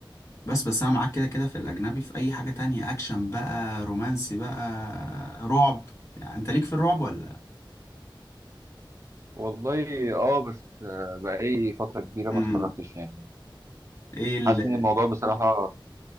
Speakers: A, on the left (about 35°); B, on the right (about 35°).
A: بس بس انا معاك كده كده في الاجنبي في اي حاجة تانية اكشن بقى رومانسي بقى رعب يعني انت ليك في الرعب ولا
B: والله اه بس آه، بقالي فترة كبيرة
A: امم
B: ما اتفرجتش يعني
A: ايه ال...
B: حاسس ان الموضوع بصراحة